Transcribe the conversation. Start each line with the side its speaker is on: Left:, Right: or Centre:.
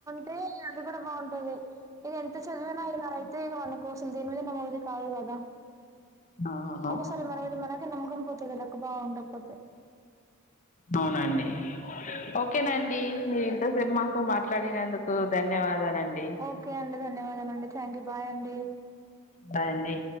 Right: తే అది కూడా బాగుంటది నేను ఎంత చదివిన ఇలా అయితే ఇక మన కోసం దేని మీద <unintelligible> కాదు కదా
Left: అవును
Right: ఒకోసారి మన మీద మనకే నమ్మకం పోతాది కాద లక్ బా ఉండకపోతే
Left: అవునండి ఓకేనండి మీరు ఇంతసేపు మాతో మాట్లాడినందుకు ధన్యవాదాలండి
Right: ఓకే అండి ధన్యవాదాలు అండి థ్యాంకు బాయ్ అండి
Left: బాయ్ అండి